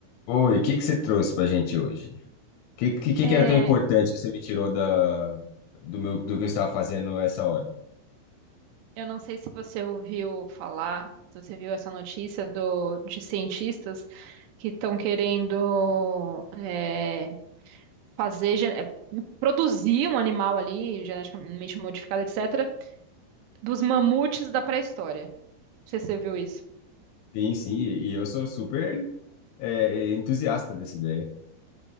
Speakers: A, on the left; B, on the right.
A: Oi, o que que você trouxe pra gente hoje? O que, que, que
B: É,
A: que era tão importante que você me tirou da, do meu, do que eu estava fazendo essa hora?
B: eu não sei se você ouviu falar, se você viu essa notícia do, de cientistas que estão querendo é, fazer, gen- é, produzir um animal ali, geneticamente modificado, etc., dos mamutes da pré-história. Não sei se você viu isso.
A: Sim, sim, e e eu sou super é, entusiasta dessa ideia.